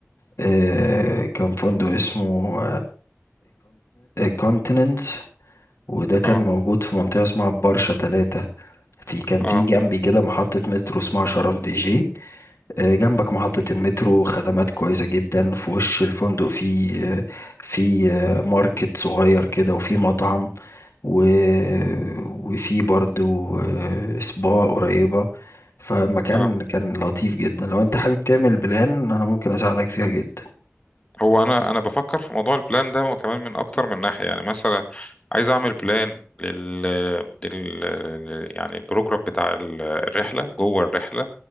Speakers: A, on the left; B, on the left.
A: آه، كان فندق اسمه كونتيننت وده كان
B: اه
A: موجود في منطقة اسمها برشة تلاتة في كان
B: اه
A: في جنبي كده محطة مترو اسمها شرف دي جي آه، جنبك محطة المترو خدمات كويسة جدا في وش الفندق في آه، في آه، ماركت صغير كده وفي مطعم و... وفي برضو آه، سبا قريبة فمكان
B: اه
A: كان لطيف جدا لو انت حابب تعمل بلان انا ممكن اساعدك فيها جدا
B: هو انا انا بفكر في موضوع البلان ده وكمان من اكتر من ناحيه يعني مثلا عايز اعمل بلان لل, لل... لل... يعني البروجرام بتاع ال- الرحله جوه الرحله